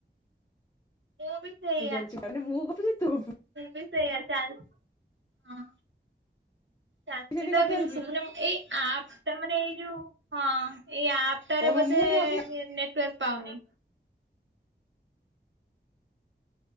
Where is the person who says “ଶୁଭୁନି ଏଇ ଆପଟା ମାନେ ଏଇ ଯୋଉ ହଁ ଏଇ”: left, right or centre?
Right